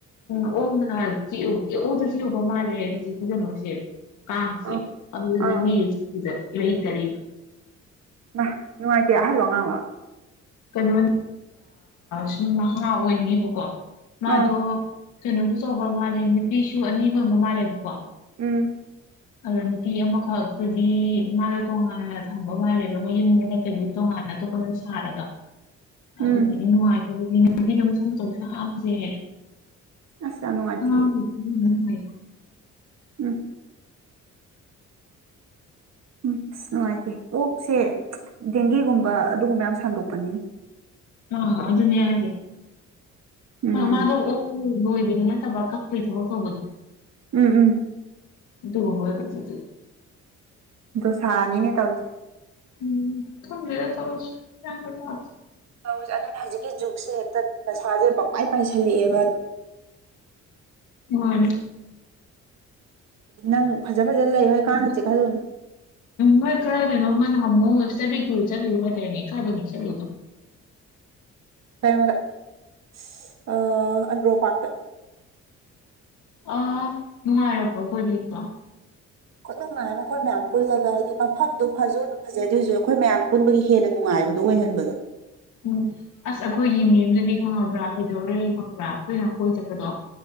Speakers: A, on the left; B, on the right.
A: ꯎꯝ ꯎꯅ ꯑꯣꯗ ꯆꯖꯤ ꯎꯕ ꯃꯥꯜꯂꯦꯖꯤ ꯀꯖꯅꯣꯁꯦ ꯀꯥꯡꯁꯦ
B: ꯑꯥ
A: ꯑꯗꯨꯗꯤ
B: ꯑꯥ
A: ꯃꯤ ꯂꯩꯇꯔꯤꯕꯔꯤꯕ
B: ꯍ ꯅꯨꯡꯉꯥꯏꯇꯦ ꯑꯍꯜꯂꯣ ꯉꯉꯥꯡꯂꯥꯛ
A: ꯀꯩꯅꯣ ꯁꯨꯝ ꯅꯍꯥ ꯑꯣꯏꯅꯦꯕꯀꯣ ꯃꯥꯗꯣ
B: ꯑꯥ
A: ꯀꯩꯅꯣꯁꯨ ꯆꯥꯎꯕ ꯃꯥꯜꯂꯦ ꯅꯨꯄꯤꯁꯨ ꯑꯅꯤ ꯂꯣꯟꯕ ꯃꯥꯜꯂꯦꯕꯀꯣ
B: ꯎꯝ
A: <inaudible> ꯑꯗ ꯅꯨꯄꯤ ꯑꯃꯈꯛꯇꯨꯗꯤ ꯃꯥꯥꯗꯣ ꯇꯣꯉꯥꯟꯅ ꯊꯝꯕ ꯃꯥꯜꯂꯦꯕ ꯃꯣꯏ ꯌꯨꯝꯗ ꯅꯠꯇꯕꯤ ꯇꯣꯉꯥꯟꯅ ꯑꯇꯣꯞꯄ ꯑꯃ ꯁꯥꯔꯒ ꯑꯗꯨꯗꯤ
B: ꯎꯝ
A: ꯅꯨꯡꯉꯥꯏ <unintelligible> ꯍꯥꯞꯄꯁꯦꯍꯦ
B: ꯑꯁ ꯌꯥꯝ ꯅꯨꯡꯉꯥꯏꯇꯤꯌꯦ
A: <unintelligible>
B: ꯎꯝ ꯎꯝ ꯑꯁ ꯅꯨꯡꯉꯥꯏꯇꯦ ꯑꯣꯛꯁꯦ ꯗꯦꯡꯒꯤꯒꯨꯝꯕ ꯑꯗꯨꯒꯨꯝꯕ ꯌꯥꯝ ꯁꯟꯗꯣꯛꯄꯅꯤꯅꯦ
A: ꯑ ꯑꯗꯨꯅꯤ ꯍꯥꯏꯖꯦ
B: ꯎꯝ
A: ꯃꯥꯗꯣ ꯑꯣꯛ ꯂꯣꯏꯕꯗꯤ ꯅꯠꯇꯕ ꯀꯛꯄ ꯊꯕꯛ ꯇꯧꯕꯗꯣ
B: ꯎꯝ ꯎꯝ
A: ꯑꯗꯨ <unintelligible>
B: ꯗꯥꯁꯥꯅꯤꯅꯦ ꯇꯧꯔꯤꯁꯦ
A: ꯎꯝ ꯈꯪꯗ꯭ꯔꯦ ꯇꯧꯔꯤꯁꯦ <unintelligible>
B: <unintelligible> ꯑꯗꯨꯅꯦ ꯍꯧꯖꯤꯛꯀꯤ ꯖꯨꯛꯁꯦ ꯍꯦꯛꯇ ꯄꯩꯁꯥꯁꯦ ꯄꯪꯃꯥꯏ ꯄꯥꯏꯁꯜꯂꯛꯑꯦꯕ
A: ꯃꯥꯅꯦ
B: ꯅꯪ ꯐꯖ ꯐꯖ ꯂꯩꯌꯨꯍꯦ ꯀꯥꯡꯒ ꯆꯤꯛ ꯍꯜꯂꯨꯅꯨ
A: ꯃꯣꯏ ꯀꯔꯥꯏꯗꯅꯣꯃ ꯅꯍꯥꯟꯃꯨꯛ ꯏꯁꯇꯗꯤ ꯇꯨꯔ ꯆꯠꯂꯨꯏ ꯇꯧꯗꯥꯏꯅꯦ ꯀꯥꯏꯗꯅꯣ ꯆꯠꯂꯨꯏꯗꯨ
B: ꯀꯩꯅꯣꯗ ꯑꯁ ꯑꯟꯗ꯭ꯔꯣ ꯄꯥꯔꯛꯇ
A: ꯑ ꯅꯨꯉꯥꯏꯔꯛꯄꯣ <unintelligible>
B: ꯈꯨꯅꯨꯡꯉꯥꯏ ꯑꯃ ꯑꯩꯈꯣꯏ ꯃꯌꯥꯝ ꯄꯨꯜꯂꯒ ꯍꯥꯏꯗꯤ ꯃꯐꯝꯗꯨꯣ ꯐꯖꯨ ꯑꯗꯨꯝ ꯐꯖꯩ ꯑꯗꯨꯏꯁꯨ ꯑꯩꯈꯣꯏ ꯃꯌꯥꯝ ꯄꯨꯟꯕꯒꯤ ꯍꯦꯟꯅ ꯅꯨꯡꯉꯥꯏꯕꯗꯨ ꯑꯣꯏꯍꯟꯕꯗꯣ
A: ꯎꯝ ꯑꯁ ꯑꯩꯈꯣꯏꯒꯤ ꯃꯦꯝꯗꯨꯗꯤ ꯈꯪꯉꯕ꯭ꯔꯥ ꯀꯩꯗꯧꯔ ꯂꯩ ꯈꯪꯕ꯭ꯔꯥ ꯑꯩꯈꯣꯏꯅ ꯀꯣꯏ ꯆꯠꯄꯗꯣ